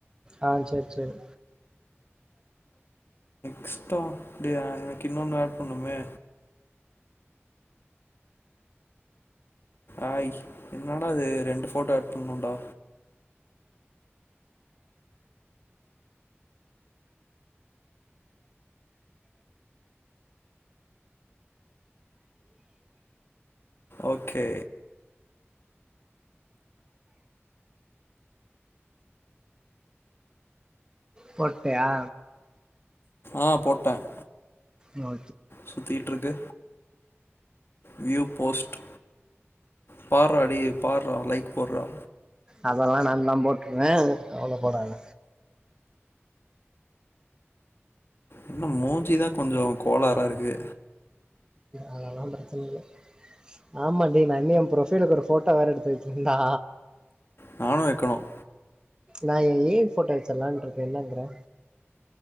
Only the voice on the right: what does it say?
ஆஹ் சரி சரி
போட்டயா
ஆ
அதெல்லாம் நான் தான் போட்டுருவேன் கவல படாத
அதெல்லாம் பிரச்சனை இல்லை ஆமாண்டி நான் இன்னு எ பு்ரொஃபைலுக்கு ஒரு போட்டோ வேற எடுத்து வைக்கிருந்தா
நா எயா ஏ ஐ போட்டோ வெச்சலான் இருக்கே என்னங்குற